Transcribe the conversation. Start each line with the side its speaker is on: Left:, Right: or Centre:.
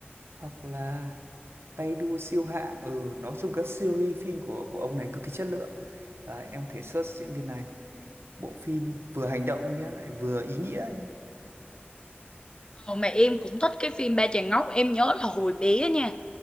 Right: hoặc là Tay Đua Siêu Hạng ừ nói chung các series phim của của ông này cực kỳ chất lượng Đấy, em có thể search diễn viên này bộ phim vừa hành động nhé lại vừa ý nghĩa nhé
Left: Ờ, mà em cũng thích cái phim Ba Chàng Ngốc em nhớ là hồi bé nha